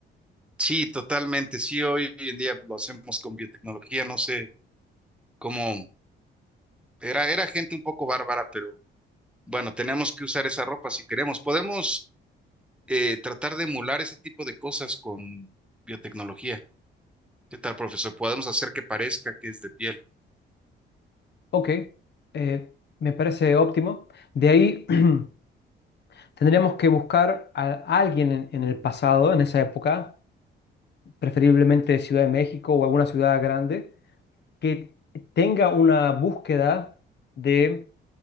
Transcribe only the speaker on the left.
Ok. eh, me parece óptimo. De ahí <clears throat> tendríamos que buscar a alguien en en el pasado, en esa época, preferiblemente Ciudad de México o alguna ciudad grande que tenga una búsqueda de,